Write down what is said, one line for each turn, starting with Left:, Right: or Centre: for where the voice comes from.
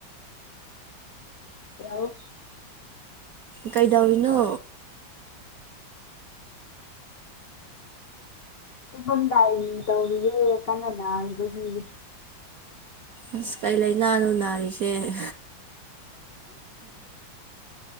Left: ꯍꯜꯂꯣ
Right: ꯀꯩꯗꯧꯏꯅꯣ
Left: ꯇꯨꯝꯃꯝꯗꯥꯏ ꯇꯧꯔꯤꯌꯦꯦ ꯀꯅ ꯍꯥꯏꯈꯒꯤ
Right: ꯑꯁ ꯀꯩ ꯂꯥꯏꯅꯥ ꯂꯨ ꯅꯥꯔꯤꯁꯦ <inaudible>